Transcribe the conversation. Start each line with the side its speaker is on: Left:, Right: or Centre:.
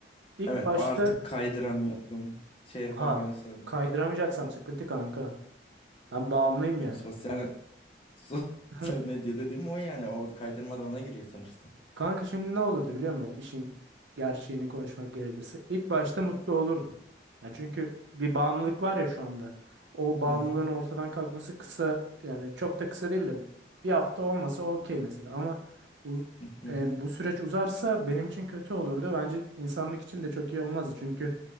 Right: İlk
Left: Evet
Right: başta
Left: artık kaydıramıyorsun. Şey yapamıyorsun.
Right: ha kaydıramayacaksam sıkıntı kanka. Ben bağımlıyım
Left: Like,
Right: yani.
Left: sosyal <laughs> sosyal
Right: <laughs>
Left: medya dediğim o yani. O kaydırma da ona giriyor sonuçta.
Right: Kanka şimdi ne olurdu biliyor musun? İşin gerçeğini konuşmak gerekirse. İlk başta mutlu olurdum. Ya çünkü bir bağımlılık var ya şu anda. O bağımlılığın
Left: Hı hı.
Right: ortadan kalkması kısa yani çok da kısa değil de bir hafta olmasa okey mesela. Ama uz-
Left: Hı hı.
Right: e, bu süreç uzarsa benim için kötü olurdu. Bence insanlık için de çok iyi olmazdı. Çünkü